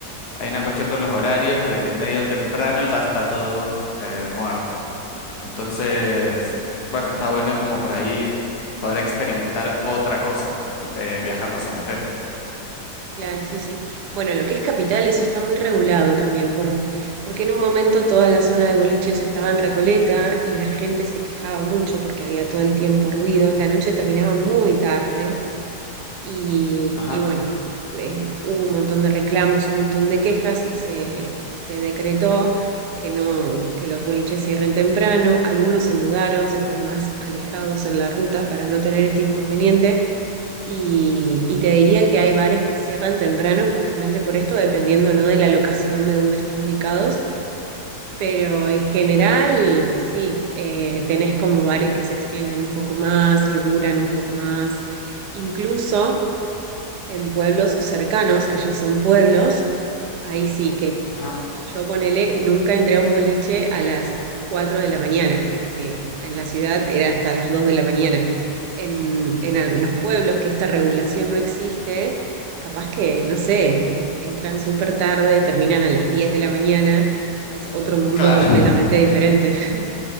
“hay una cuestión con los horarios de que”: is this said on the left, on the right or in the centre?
Left